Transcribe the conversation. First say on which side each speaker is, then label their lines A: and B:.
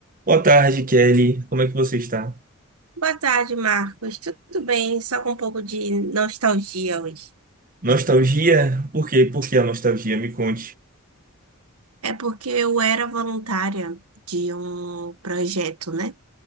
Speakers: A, on the right; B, on the right.
A: Boa tarde, Kelly. Como é que você está?
B: Boa tarde, Marcos. Tudo bem? Só com um pouco de nostalgia hoje.
A: Nostalgia? Por quê? Por que a nostalgia? Me conte.
B: É porque eu era voluntária de um projeto, né?